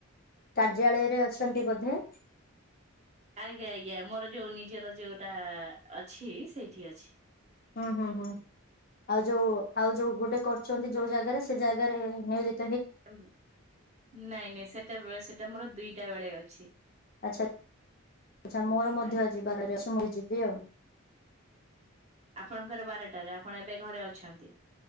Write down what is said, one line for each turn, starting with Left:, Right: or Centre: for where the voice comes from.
Left: କାର୍ଯ୍ୟାଳୟରେ ଅଛନ୍ତି ବୋଧେ?
Right: ଆଜ୍ଞା ଆଜ୍ଞା ମୋର ଯୋଉ ନିଜର ଯୋଉଟା ଅଛି ସେଇଠି ଅଛି।
Left: ହୁଁ ହୁଁ ହୁଁ ଆଉ ଯୋଉ ଆଉ ଯୋଉ ଗୋଟେ କରୁଚନ୍ତି ଯୋଉ ଜାଗାରେ ସେ ଜାଗାରେ ନିୟଯି
Right: ମ୍ ନାଇଁ ନାଇଁ ସେଟା ବେ ସେଟା ମୋର ଦୁଇଟା ବେଳେ ଅଛି।
Left: ଆଚ୍ଛା ଆଚ୍ଛା ମୋର ମଧ୍ୟ
Right: ଆ
Left: ଆଜି ଯିବାର ରେ ଅଛି ମୁଁ ବି ଯିବି ଆଉ।
Right: ଆପଣଙ୍କର ବାରଟାରେ, ଆପଣ ଏବେ ଘରେ ଅଛନ୍ତି?